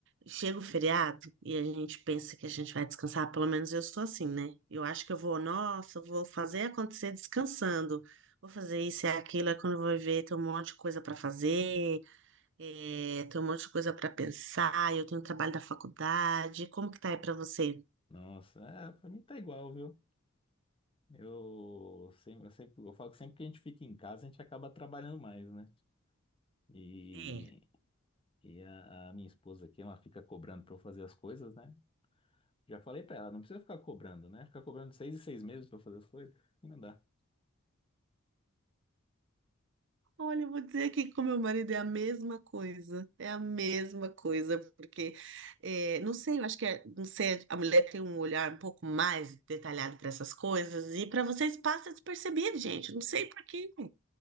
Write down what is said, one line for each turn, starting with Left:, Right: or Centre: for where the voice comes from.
Right: chega o feriado e a gente pensa que a gente vai descansar, pelo menos eu sou assim, né? Eu acho que eu vou, nossa, eu vou fazer acontecer descansando. Vou fazer isso e aquilo, é quando eu vou ver, tem um monte de coisa para fazer, eh, tem um monte de coisa para pensar, eu tenho trabalho da faculdade. Como que tá aí para você?
Left: Nossa, é, pra mim tá igual, viu? Eu sempre, eu sempre, eu falo que sempre que a gente fica em casa, a gente acaba trabalhando mais, né? E,
Right: É.
Left: e a, a minha esposa aqui, ela fica cobrando pra eu fazer as coisas, né? Já falei pra ela, não precisa ficar cobrando, né? Ficar cobrando seis e seis meses pra eu fazer as coisas, assim não dá.
Right: Olha, eu vou dizer aqui que com meu marido é a mesma coisa, é a mesma coisa, porque, é, não sei, eu acho que é- não sei, a mulher tem um olhar um pouco mais detalhado para essas coisas, e para vocês passa despercebido, gente, não sei por quê.